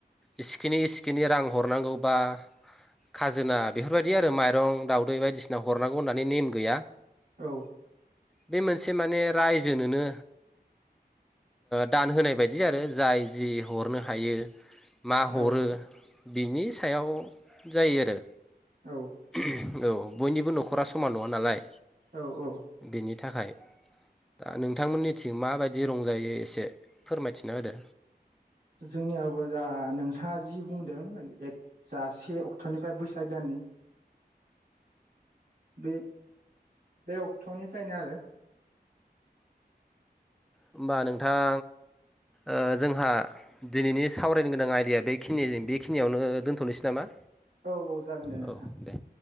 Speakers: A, in the centre; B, on the right.
A: इसिखिनि इसिखिनि रां हरनांगौ बा खाजोना बे बेफोरबायदि आरो माइरं दावउदै बायदिसिना हरांगौ होन मे नेम गैया
B: औ
A: बे मोनसे माने रायजोनोनो दान होनाय बायदि आरो जाय जि हरनो थायो मा हरो
B: औ
A: बिनि सायाव जायो आरो
B: औ
A: <unintelligible> औ बयनिबो नखरा समान नङा नालाय
B: औ औ
A: बेनि थाखाय दा नोंथांमोननिथिं माबायदि रंजायो एसे फोरमायथिना होदो
B: जोंनियावबो जा नोंथाङा जि बुंदों जा से अक्ट'निफ्राय बैसाग दाननि बे बे अक्ट'निफ्रायनो आरो
A: होमबा नोंथां ओ जोंहा दिनैनि सावरायनो गोनां आयदाया बे खिनिजों बेखिनियावनो दोनथ'नोसै नामा
B: औ औ जागोन दे नोंथां
A: औ दे